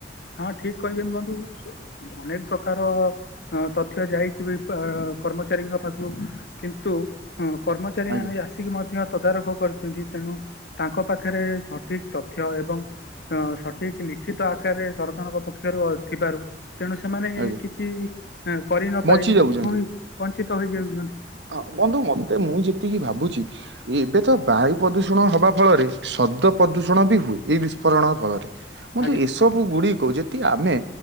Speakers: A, on the left; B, on the right.
A: ହଁ, ଠିକ କହିଛନ୍ତି ବନ୍ଧୁ ଅନେକ ପ୍ରକାର ଅ ତଥ୍ୟ ଯାଇଛି ବି କର୍ମଚାରୀଙ୍କ ପାଖକୁ କିନ୍ତୁ। ହଁ କର୍ମଚାରୀ
B: ଆଜ୍ଞା
A: ଆଣି ଆସିକି ମଧ୍ୟ ତଦାରଖ କରିଚନ୍ତି ତେଣୁ ତାଙ୍କ ପାଖରେ ସଠିକ ତଥ୍ୟ ଏବଂ ଅ ସଠିକ ଲିଖିତ ଆକାରରେ ସରକାରଙ୍କ ପକ୍ଷରୁ ଅ ଥିବାରୁ ତେଣୁ ସେମାନେ
B: ଆଜ୍ଞା
A: କିଛି କରିନପାରି
B: ବଞ୍ଚି ଯାଉଛନ୍ତି
A: ଫୁଣି ବଞ୍ଚିତ ହେଇଯାଉଛନ୍ତି।
B: ହଁ ବନ୍ଧୁ ମତେ ମୁଁ ଯେତିକି ଭାବୁଛି ଏବେ ତ ବାୟୁ ପ୍ରଦୂଷଣ ହବା ଫଳରେ ଶବ୍ଦ ପ୍ରଦୂଷଣ ବି ହୁଏ ଏହି ବିସ୍ଫୋରଣ ଫଳରେ ମୁନ୍ତ
A: ଆଜ୍ଞା
B: ଏସବୁ ଗୁଡିକ ଯେଦି ଆମେ